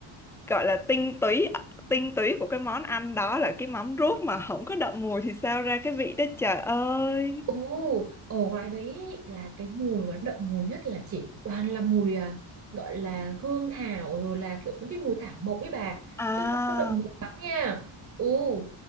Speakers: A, in the centre; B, on the right (about 35°).
A: gọi là tinh túy tinh túy của cái món ăn đó là cái mắm ruốc mà không có đậm mùi thì sao ra cái vị đó trời ơi.
B: Ồ, ở ngoài đấy ý, là cái mùi mà đậm mùi nhất là chỉ toàn là mùi à, gọi là hương thảo rồi là kiểu mấy cái mùi thảo mộc ấy bà
A: À,
B: chứ không có đậm mùi lắm nha. Ồ,